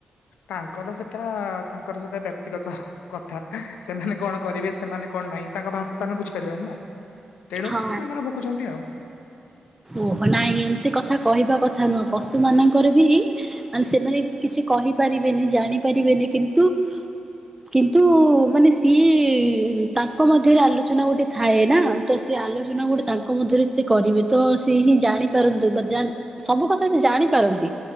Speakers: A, on the left; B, on the right.
A: ତାଙ୍କର ସେଟା ତାଙ୍କର ସେଟା ବ୍ୟକ୍ତିଗତ। କଥା ସେମାନେ କଣ କରିବେ ସେମାନେ କଣ ନାହିଁ ତାଙ୍କ ଭାଷା ତ ଆମେ ବୁଝିପାରିବାନି ନା। ତେଣୁ
B: ହଁ।
A: ସେ ତାଙ୍କର ଭୁକୁଛନ୍ତି ଆଉ।
B: ଓହୋ ନାଇଁ ଏମିତି କଥା କହିବା କଥା ନୁହଁ ପଶୁ ମାନଙ୍କର ବି ମାନେ ସେମାନେ କିଛି କହିପାରିବେନି ଜାଣି ପାରିବେନି କିନ୍ତୁ କିନ୍ତୁ ମାନେ ସିଏ ତାଙ୍କ ମଧ୍ୟରେ ଆଲୋଚନା ଗୋଟେ ଥାଏ ନା ତ ସେ ଆଲୋଚନା ଗୁଟେ ତାଙ୍କ ମଧ୍ୟରେ ସେ କରିବେ ତ ସେ ହିଁ ଜାଣିପାରନ୍ତି ବା ଜାଣ୍ ସବୁ କଥା ସେ ଜାଣି ପାରନ୍ତି।